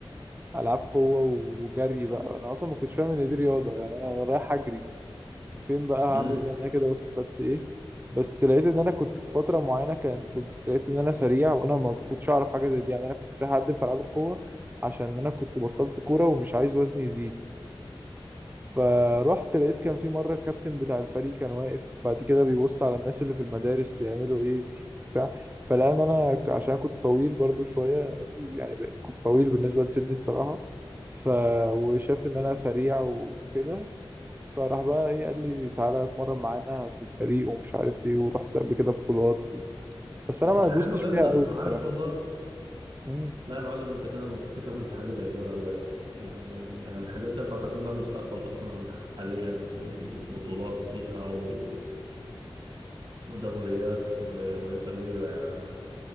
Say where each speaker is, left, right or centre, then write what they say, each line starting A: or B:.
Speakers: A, on the right; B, on the right.
A: ألعاب قوة وجري بقى أنا أصلا ما كنتش فاهم إن دي رياضة يعني أنا رايح أجري فين بقى هعمل
B: امم
A: ايه يعني انا كده واستفدت ايه بس لقيت ان انا كنت في فتره معينه كان كنت لقيت ان انا سريع وانا ما كنتش اعرف حاجه زي دي يعني انا كنت رايح اقدم في العاب القوه عشان انا كنت بطلت كوره ومش عايز وزني يزيد فروحت لقيت كان في مره الكابتن بتاع الفريق كان واقف بعد كده بيبص على الناس اللي في المدارس بيعملوا ايه مين بتاع فلقى ان انا ك- عشان كنت طويل برضو شويه يعني ب- كنت طويل بالنسبه لسني الصراحه ف وشاف ان انا سريع وكده فراح بقى ايه قال لي تعالى اتمرن معانا في الفريق ومش عارف ايه ورحت قبل كده بطولات بس
B: طب
A: انا ما
B: ده حلو
A: دوستش فيها
B: جدا
A: قوي الصراحه
B: عاش والله
A: مم.
B: لا يا معلم انت كان المفروض تكمل في حاجة زي كده بجد يعني يعني الحاجات دي تعتقد لها مستقبل اصلا حاليا في البطولات ليها و... ودوريات و... ورياضة كبيرة يعني